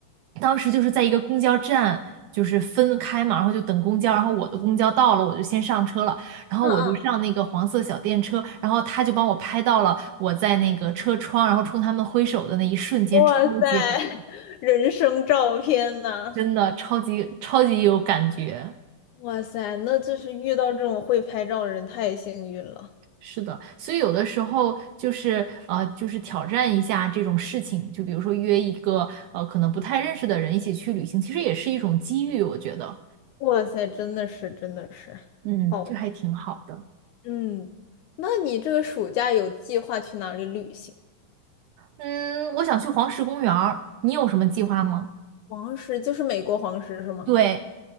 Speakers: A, on the right (about 80°); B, on the left (about 80°).
A: 当时就是在一个公交站，就是分开嘛，然后就等公交。然后我的公交到了，我就先上车了，然后我就上那个黄色小电车，
B: 嗯嗯，
A: 然后他就帮我拍到了我在那个车窗，然后冲他们挥手的那一瞬间，
B: 哇塞，
A: 超级好，
B: <laughs> 人生照片呐！
A: 真的超级超级有感觉。
B: 哇塞，那就是遇到这种会拍照的人太幸运了。
A: 是的，所以有的时候就是呃，就是挑战一下这种事情，就比如说约一个呃可能不太认识的人一起去旅行，其实也是一种机遇，我觉得，
B: 哇塞，真的是，真的是，
A: 嗯，
B: 好，
A: 这还挺好的。
B: 嗯，那你这个暑假有计划去哪里旅行？
A: 嗯，我想去黄石公园儿，你有什么计划吗？
B: 黄石就是美国黄石是吗？
A: 对，